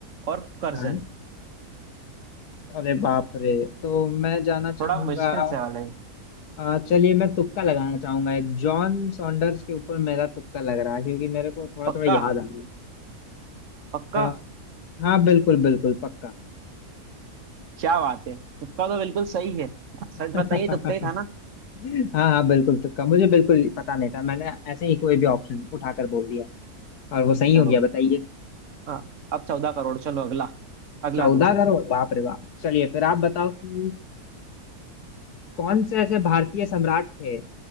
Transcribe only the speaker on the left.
हाँ अरे बाप रे तो मैं जाना
चाहूंगा
अ, चलिए मैं तुक्का लगाना चाहूंगा एक जॉन सॉन्डर्स के ऊपर मेरा तुक्का लग रहा है क्योंकि मेरे को थोड़ा
थोड़ा याद आ रहा है
अ, हाँ बिल्कुल बिल्कुल पक्का
<laughs>
हाँ हाँ बिल्कुल तुक्का मुझे बिल्कुल पता नहीं था मैंने ऐसे ही कोई भी ऑप्शन उठाकर बोल दिया और वो सही
हो गया बताइए
चौदह
करोड़ बाप रे बाप चलिए फिर आप बताओ कि कौन से ऐसे भारतीय सम्राट थे